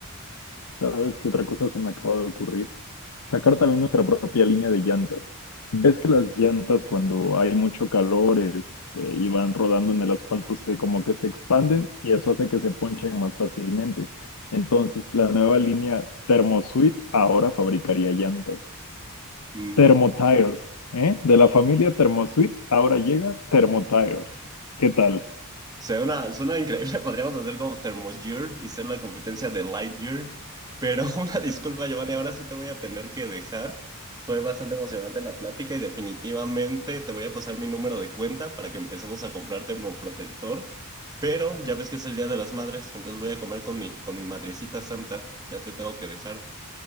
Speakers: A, on the left; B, on the right.
A: ¿Sabes qué otra cosa se me acaba de ocurrir? Sacar también nuestra propia línea de llantas. ¿Ves que las llantas cuando hay mucho calor, este, y van rodando en el asfalto, se como que se expanden y eso hace que se ponchen más fácilmente? Entonces, la nueva línea Thermosuite ahora fabricaría llantas.
B: Ujú.
A: Thermotires, ¿eh? De la familia Thermosuite, ahora llega Thermotires. ¿Qué tal?
B: Suena, suena increíble, <laughs> podríamos hacer como Thermogear y ser la competencia de Lightyear. Pero <laughs> una disculpa, Giovanni, ahora sí te voy a tener que dejar. Fue bastante emocionante la plática y definitivamente te voy a pasar mi número de cuenta para que empecemos a comprar termoprotector. Pero ya ves que es el Día de las Madres, entonces voy a comer con mi, con mi madrecita santa. Ya te tengo que dejar.